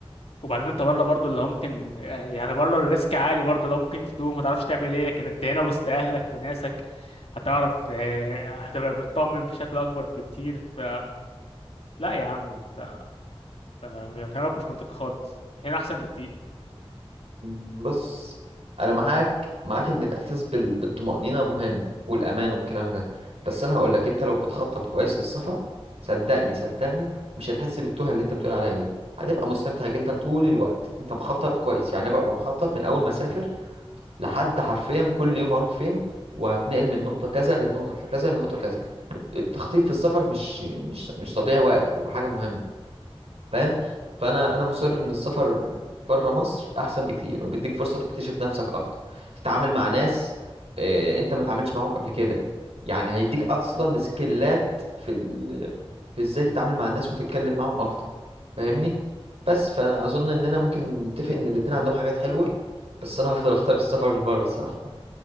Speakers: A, on the left; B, on the right.
A: وبعدين انت بره برضو اللي هو ممكن آه، يعني بره الريسك عالي برضو اللي هو ممكن تتوه ما تعرفش تعمل ايه لكن انت هنا وسط اهلك وناسك هتعرف إيه، هتبقى مطمن بشكل اكبر بكتير ف لا يا عم انت أنت كلامك مش منطقي خالص هنا احسن بكتير
B: مم، بص انا معاك معاك ان الاحساس بال... بالطمأنينة مهم والامان والكلام ده بس انا هقول لك انت لو بتخطط كويس للسفر صدقني صدقني مش هتحس بالتوه اللي انت بتقول عليها دي هتبقى مستمتع جدا طول الوقت انت مخطط كويس يعني أنا ببقى مخطط من اول ما اسافر لحد حرفيا كل يوم هروح فين وهتنقل من نقطة كذا للنقطة كذا للنقطة كذا التخطيط في السفر مش مش مش تضييع وقت هو حاجة مهمة فاهم فأنا أنا مصر إن السفر بره مصر أحسن بكتير وبيديك فرصة تكتشف نفسك أكتر تتعامل مع ناس آه، أنت ما اتعاملتش معاهم قبل كده يعني هيديك أصلا سكيلات في ال... في إزاي تتعامل مع الناس وتتكلم معاهم أكتر فاهمني بس فأنا أظن إننا ممكن نتفق إن الاتنين عندهم حاجات حلوة بس أنا هفضل أختار السفر اللي بره الصراحة